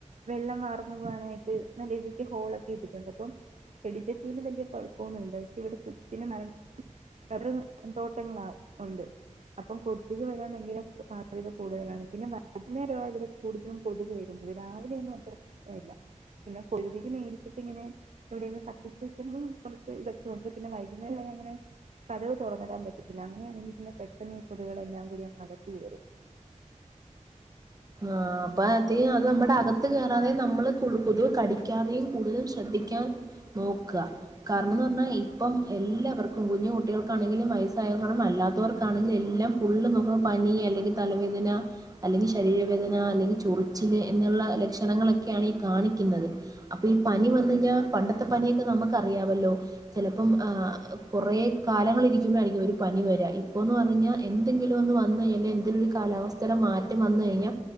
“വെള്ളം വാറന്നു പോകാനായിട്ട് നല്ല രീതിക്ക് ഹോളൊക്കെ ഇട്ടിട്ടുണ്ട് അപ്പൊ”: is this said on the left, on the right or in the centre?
Right